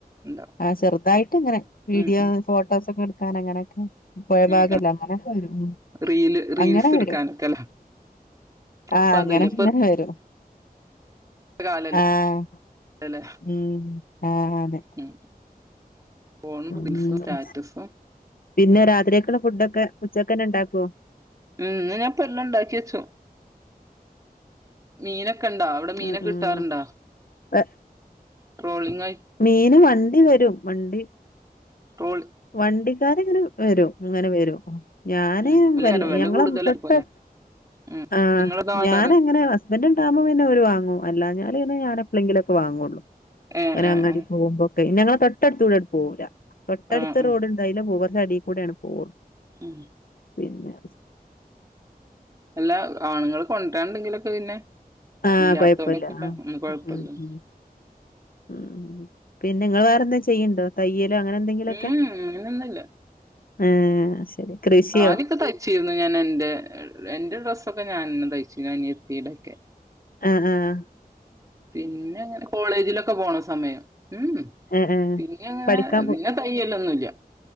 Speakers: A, on the right (about 20°); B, on the left (about 65°).
A: ഉണ്ടാവും
B: ആഹ ചെറുതായിട്ട് ഇങ്ങനെ വീഡിയോ
A: ഉം ഉം
B: ഫോട്ടോസൊക്കെ എടുക്കാൻ അങ്ങനെയൊക്കെ പൊയഭാഗല്ലെ
A: ഉം ആ
B: അങ്ങനൊക്കെ വരും ഉം
A: റീല് റീൽസ്
B: അങ്ങനെ
A: എടുക്കാനൊക്കെല്ലേ
B: വരും ആഹ
A: ഇപ്പൊ അതല്ലേ
B: അങ്ങനൊക്കെങ്ങനെ വരും
A: കാലല്ലെ
B: ആഹ്
A: അല്ലലെ
B: ഉം ആഹ് അതെ
A: ഉം ഫോണും
B: ഉം
A: റീൽസും സ്റ്റാറ്റസും
B: പിന്നെ രാത്രിക്കക്ക്ള്ള ഫുഡൊക്കെ ഉച്ചക്കെന്നെ ഉണ്ടാക്കോ?
A: ഉം ന്ന് ഞാൻ പ്പം എല്ലാം ഉണ്ടാക്കി വെച്ചു. മീനൊക്കെ ഇണ്ടാ? അവടെ മീനൊക്കെ
B: ഉം ഉം
A: കിട്ടാറുണ്ടോ?
B: ഏ,
A: ട്രോളിംഗ് ആയി
B: മീന് വണ്ടി വരും വണ്ടി
A: ട്രോളിംഗ്
B: വണ്ടിക്കാര്ങ്ങനെ വരും ഇങ്ങനെ വരും ഞാന്
A: ഉം വിലയേറെ
B: വല്ല
A: വില
B: ഞങ്ങളെ
A: കൂടുതലായി
B: തൊട്ട
A: പോലെ ഉം
B: ആഹ
A: നിങ്ങളെന്താ വാങ്ങിക്കാറ്
B: ഞാനങ്ങനെ ഹസ്ബൻ്റ്ണ്ടാവുമ്പം പിന്നെ ഓര് വാങ്ങും അല്ലാഞ്ഞാല് പിന്നെ ഞാന പ്ലെങ്കിലൊക്കെ വാങ്ങൊള്ളൂ
A: ഏ
B: അങ്ങനെ
A: ഏ
B: അങ്ങാടിക്ക്
A: ഏ
B: പോകുമ്പളെക്കെ ഞങ്ങളെ തൊട്ടടുത്ത് കൂടെ ആണ്ട് പോവൂല. തെട്ട്ട്ത്ത്
A: ആ ആ
B: റോഡ്ണ്ട് അയലെ പോവൂല കൊറച്ച് അടികൂടെയാണ് പോവ
A: ഉം
B: പിന്നെ
A: അല്ല ആണ്ങ്ങള് കൊണ്ടരാണ്ടെങ്കിലൊക്കെ പിന്നെ
B: ആഹ
A: ഇല്ലാത്തോലൊക്കെല്ലേ
B: കൊയ്പ്പല്ല ആഹ
A: കൊഴപ്പല്ല
B: ഉം ഉം ഉം ഉം പിന്നെ ഇങ്ങൾ വേറെന്തേ ചെയ്യ്ണ്ടോ? തയ്യലോ അങ്ങനെ എന്തെങ്കിലൊക്കെ
A: ഉം അങ്ങനൊന്നുല്ല
B: ഏഹ് അയ് ശരി കൃഷിയോ
A: ആദ്യൊക്കെ തയ്ച്ചിരുന്നു ഞാനെന്റെ എന്റെ ഡ്രസ്സൊക്കെ ഞാനെന്നെ തയ്ച്ചീനി അനിയത്തീടെ ഒക്കെ
B: ആഹ് ആഹ്
A: പിന്നെ അങ്ങനെ കോളേജിലൊക്കെ പോണ സമയം ഊംഉം
B: ഏ ഏ
A: പിന്നെ അങ്ങനെ
B: പഠിക്കാൻ പോ
A: പിന്നെ തയ്യലൊന്നുംല്ല